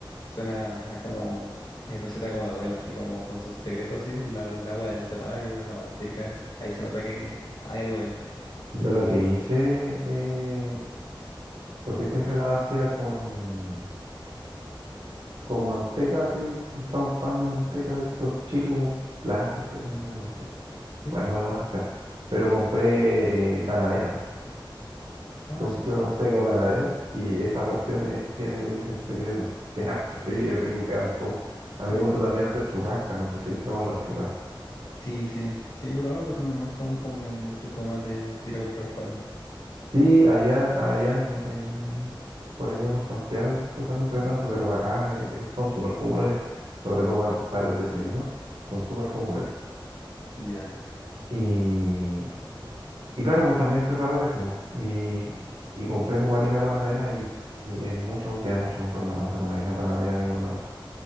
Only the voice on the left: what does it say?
suena a como eh, receta como de abuela, así como con sus secretos, así, la del agua del cepallo, la manteca, ahí se nota que hay algo ahí,
¿sí?
Ah,
sí,
bien.
Sí, sí, sí, he probado, pero no es como muy común aquí, soy como más de, de ir a comprar pan.
Ya.